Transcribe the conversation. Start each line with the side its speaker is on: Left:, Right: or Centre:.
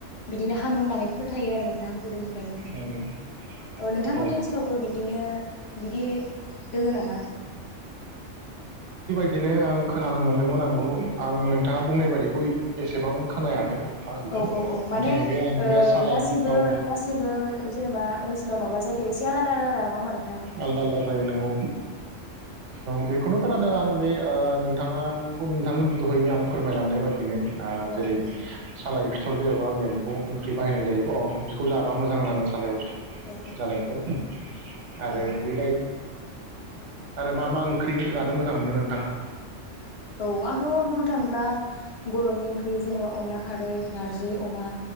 Left: बिदिनो हामो होननानै फोथायो आरो नोंथां गोदोनिफ्रायनो
Right: नंगौ
Left: ओ नोंथांमोननि
Right: औ
Left: ओनसोलावबो बिदिनो बिदि दोङो नामा?
Right: बिदिनो आं खोनानो मोनदोंमोन आंबो आं नोंथाङा बुंनाय बायदिखौ एसेबां खोनायाखै। एफा बिदि
Left: औ औ औ माने
Right: नाथाय बे आं
Left: ओ
Right: बे सालाय
Left: गासैबो
Right: औ
Left: गासैबो जेनेबा ओनसोलाव नङाबा जायगायाव एसे जला <unintelligible> नङा ओमबा
Right: आलदा आलदा जायो नंगौ औ बेखौनो खोनादों आं बे ओ नोंथाङाखौ नोंथांनो दहायै आं फोरमायलांनाय बायदि बिनो
Left: औ
Right: जेरै
Left: औ
Right: सालाय सरगिर हरब्ला आंनिया‌ बेखौ ओंख्रि बाहायनाय जायो अह बेखौ जाबा मोजां नाङो सालायाव
Left: औ
Right: जानायखौ आरो
Left: औ
Right: बि आरो मा मा ओंख्रि जानो मोजां मोनो नोंथाङा?
Left: औ आंथ' बुंनो थाङोब्ला बर'नि ओंख्रि जे जेनबा अनला खारै नारजि अमा।